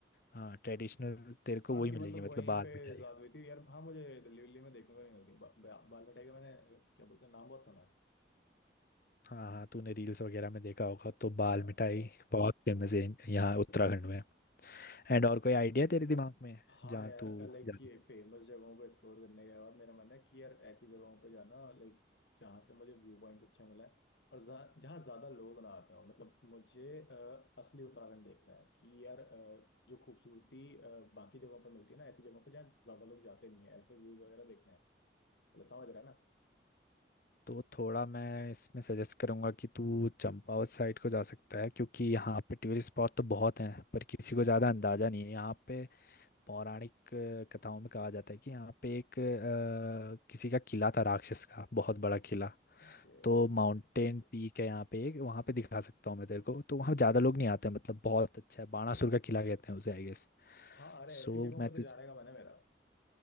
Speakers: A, on the left; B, on the left.
A: हाँ ट्रेडिशनल तेरे
B: हाँ
A: को वही
B: कि
A: मिलेगी
B: मतलब
A: मतलब
B: वहीं
A: बाल
B: पे
A: मिठाई
B: ज्यादा हुई थी यार हाँ मुझे दिल्ली विल्ली में देखने को नहीं मिलती बा, बा, बाल मिठाई का मैंने क्या बोलते हैं नाम बहुत सुना है
A: हाँ हाँ तूने रील्स वगैरह में देखा होगा तो बाल
B: हाँ,
A: मिठाई बहुत फेमस है इन- यहाँ उत्तराखंड में एंड और कोई आइडिया तेरे दिमाग में
B: हाँ
A: जहाँ
B: यार
A: तू
B: लाइक
A: जा-
B: ये फेमस जगहों को एक्सप्लोर करने के बाद मेरा मन है कि यार ऐसी जगहों पे जाना लाइक जहाँ से मुझे व्यू पॉइंट्स अच्छे मिले हैं और जहाँ जहाँ ज्यादा लोग ना आते हो मतलब मुझे अ, असली उत्तराखंड देखना है कि यार अ, जो खूबसूरती अ, बाकी जगहों पे मिलती है ना ऐसी जगहों पे जहाँ ज्यादा लोग जाते नहीं है ऐसे व्यूज वगैरह देखना है मतलब समझ रहा है ना
A: तो थोड़ा मैं इसमें सजेस्ट करूंगा कि तू चंपावत साइड को जा सकता है क्योंकि यहाँ पे टूरिस्ट स्पॉट तो बहुत हैं पर किसी को ज़्यादा अंदाज़ा नहीं है यहाँ पे पौराणिक अ, कथाओं में कहा जाता है कि यहाँ पे एक अ, किसी का किला था राक्षस का बहुत बड़ा किला
B: Okay.
A: तो माउंटेन पीक है यहाँ पे एक वहाँ पे दिखा सकता हूँ मैं तेरे को तो वहाँ ज़्यादा लोग नहीं आते हैं मतलब बहुत अच्छा है बाणासुर का किला कहते हैं उसे आई गेस
B: हाँ अरे
A: सो
B: ऐसी जगहों
A: मैं
B: पे तो
A: तुझे
B: जाने का मन है मेरा